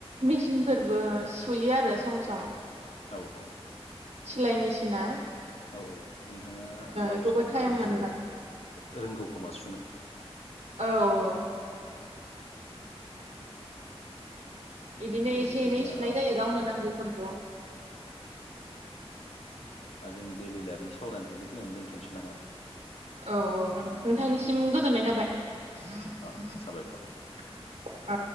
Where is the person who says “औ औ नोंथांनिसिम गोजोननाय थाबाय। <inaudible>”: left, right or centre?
Right